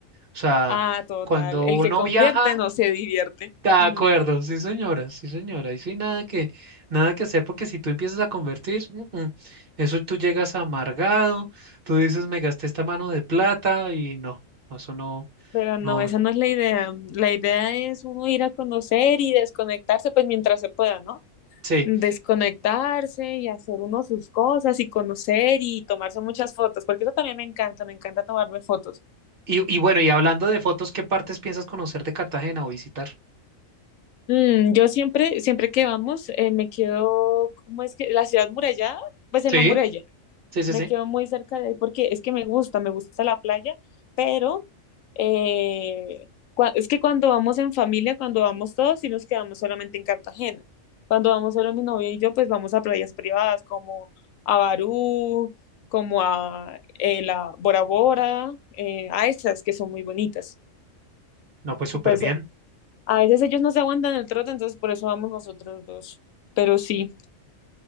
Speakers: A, on the right; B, on the left.
A: O sea,
B: Ah, total.
A: cuando
B: El
A: uno
B: que convierte
A: viaja
B: no se divierte.
A: De acuerdo,
B: Mm,
A: sí señora, sí señora, y sí nada que, nada que hacer porque si tú empiezas a convertir, mm, mm, eso tú llegas amargado, tú dices me gasté esta mano de plata y no, no, eso no,
B: Pero no,
A: no,
B: esa no es la idea. Mm, La idea es uno ir a conocer y desconectarse, pues mientras se pueda, ¿no?
A: sí.
B: Desconectarse y hacer uno sus cosas y conocer y tomarse muchas fotos, porque eso también me encanta, me encanta tomarme fotos.
A: Y, y bueno, y hablando de fotos, ¿qué partes piensas conocer de Cartagena o visitar?
B: Mm, yo siempre, siempre que vamos, eh, me quedo, ¿cómo es que? La ciudad murallada, pues
A: Sí,
B: en la muralla.
A: sí, sí,
B: me
A: sí.
B: quedo muy cerca de ahí porque es que me gusta, me gusta la playa, pero eh, cua- es que cuando vamos en familia, cuando vamos todos, sí nos quedamos solamente en Cartagena. Cuando vamos solo mi novia y yo, pues vamos a playas privadas como a Barú, como a eh, la Bora Bora, eh, a esas que son muy bonitas.
A: No, pues súper
B: Pues
A: bien.
B: a veces ellos no se aguantan el trote, entonces por eso vamos nosotros dos. Pero sí.